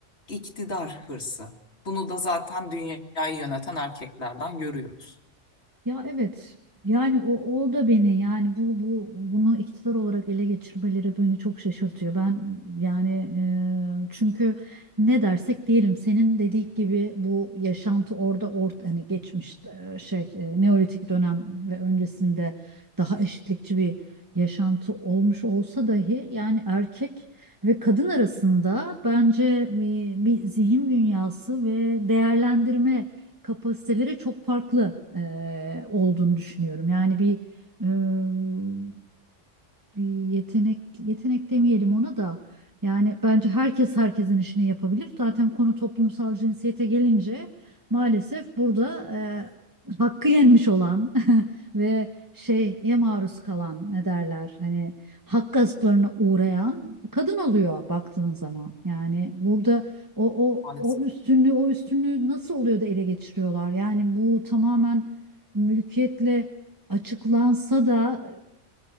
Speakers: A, on the left; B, on the right.
A: iktidar hırsı. Bunu da zaten dünyayı yöneten erkeklerden görüyoruz
B: Ya evet. Yani o, o da beni yani bu bu bunu iktidar olarak ele geçirmeleri beni çok şaşırtıyor. Ben yani e, çünkü ne dersek diyelim senin dediğin gibi bu yaşantı orada ort hani geçmiş e, şey e, Neolitik dönem ve öncesinde daha eşitlikçi bir yaşantı olmuş olsa dahi yani erkek ve kadın arasında bence bir, bir zihin dünyası ve değerlendirme kapasitelere çok farklı e, olduğunu düşünüyorum. Yani bir e, bir yetenek yetenek demeyelim ona da yani bence herkes herkesin işini yapabilir. Zaten konu toplumsal cinsiyete gelince maalesef burada e, hakkı yenmiş olan <laughs> ve şeye maruz kalan ne derler hani hak gasplarına uğrayan kadın oluyor baktığın zaman. Yani burada o o
A: maalesef.
B: o üstünlüğü o üstünlüğü nasıl oluyor da ele geçiriyorlar? Yani bu tamamen mülkiyetle açıklansa da